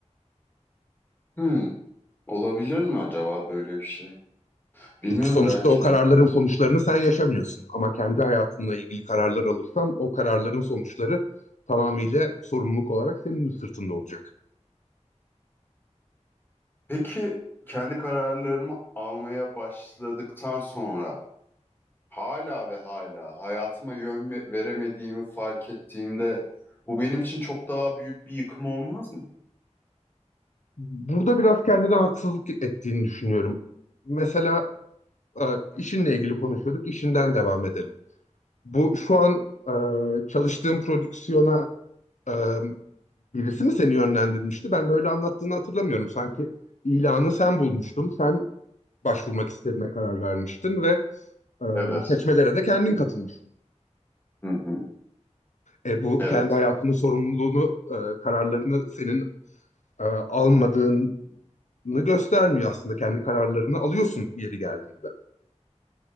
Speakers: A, on the left; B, on the left.
A: Hmm. Olabilir mi acaba böyle bir şey?
B: Çünkü
A: Bilmiyorum
B: sonuçta
A: belki
B: o kararların
A: de.
B: sonuçlarını sen yaşamıyorsun. Ama kendi hayatınla ilgili kararlar alırsan o kararların sonuçları tamamıyla sorumluluk olarak senin sırtında olacak.
A: Peki kendi kararlarımı almaya başladıktan sonra hala ve hala hayatıma yön ve- veremediğimi fark ettiğimde bu benim için çok daha büyük bir yıkım olmaz mı?
B: Burada biraz kendine haksızlık ettiğini düşünüyorum. Mesela e, işinle ilgili konuşuyorduk, işinden devam edelim. Bu şu an e, çalıştığım prodüksiyona e, Birisi mi seni yönlendirmişti? Ben böyle anlattığını hatırlamıyorum. Sanki ilanı sen bulmuştun. Sen başvurmak istediğine karar vermiştin ve e,
A: Evet.
B: seçmelere de kendin katılmıştın.
A: Hı hı.
B: E, bu
A: Evet.
B: kendi hayatının sorumluluğunu, e, kararlarını senin e, almadığını göstermiyor aslında. Kendi kararlarını alıyorsun yeri geldiğinde.